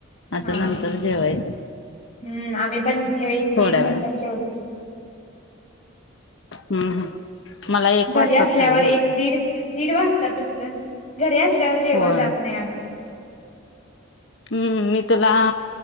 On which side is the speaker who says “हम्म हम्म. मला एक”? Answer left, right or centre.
Left